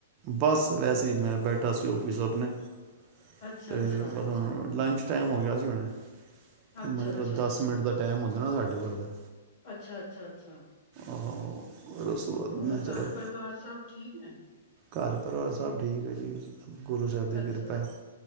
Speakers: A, on the right (about 25°); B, on the left (about 35°).
A: ਬਸ ਵੈਸੇ ਹੀ ਮੈਂ ਬੈਠਾ ਸੀਸੀ ਔਫਿਸ ਆਪਣੇ ਅਤੇ
B: ਅੱਛਾ ਅੱਛਾ
A: ਬਸ ਹੁਣ ਲੰਚ ਟਾਈਮ ਹੋ ਗਿਆ ਸੀ ਉਹੇ
B: ਅੱਛਾ
A: ਮਤਲਬ
B: ਅੱਛਾ
A: ਦਸ
B: ਅੱਛਾ
A: ਮਿੰਟ ਦਾ ਟਾਈਮ ਹੁੰਦਾ ਨਾ ਸਾਡੇ ਕੋਲ ਪਰ
B: ਅੱਛਾ ਅੱਛਾ ਅੱਛਾ
A: ਆਹੋ, ਔਰ ਉਸ ਤੋਂ ਬਾਅਦ
B: ਹੋਰ
A: ਮੈਂ ਚਲੋ
B: ਘਰ ਪਰਿਵਾਰ ਸਭ ਠੀਕ ਹੈ
A: ਘਰ ਪਰਿਵਾਰ ਸਭ ਠੀਕ ਹੈ ਜੀ ਗੁਰੂ ਸਾਹਿਬ ਦੀ
B: ਅੱਛਾ
A: ਕਿਰਪਾ